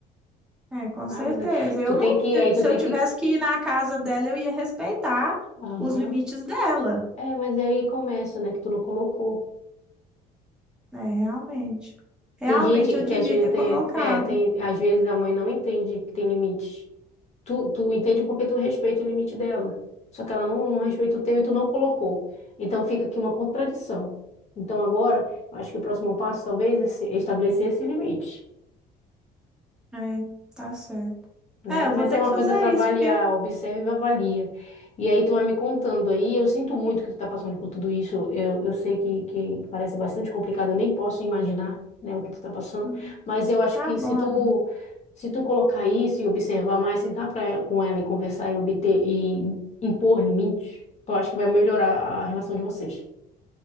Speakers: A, in the centre; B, on the left (about 40°).
A: é, com
B: sabe,
A: certeza.
B: né?
A: Eu
B: Tu tem
A: não,
B: que,
A: ia-
B: aí
A: se
B: tu tem
A: eu tivesse
B: que.
A: que ir na casa dela, eu ia respeitar
B: Aham.
A: os limites dela.
B: É, mas aí começa, né? Que tu não colocou.
A: É, realmente. Realmente
B: Tem gente
A: eu
B: que
A: devia
B: às vezes
A: ter
B: tem,
A: colocado.
B: é, tem, às vezes a mãe não entende que tem limite. Tu, tu entende porque tu respeita o limite dela. Só que ela não, não respeita o teu e tu não colocou. Então fica aqui uma contradição. Então agora, eu acho que o próximo passo talvez é se- é estabelecer esse limite.
A: É, tá certo.
B: né?
A: É, eu
B: Mas
A: vou ter
B: é uma
A: que fazer
B: coisa para
A: isso,
B: avaliar,
A: porque
B: observa e avalia. E aí tu vai me contando aí, eu sinto muito que tu tá passando por tudo isso, eu, eu sei que, que parece bastante complicado, eu nem posso imaginar, né, o que tu tá passando,
A: hum,
B: mas eu acho
A: tá
B: que
A: bom,
B: se tu,
A: amigo.
B: se tu colocar isso e observar mais, sentar pra, ela- com ela e conversar e obter e impor limites, eu acho que vai melhorar a relação de vocês.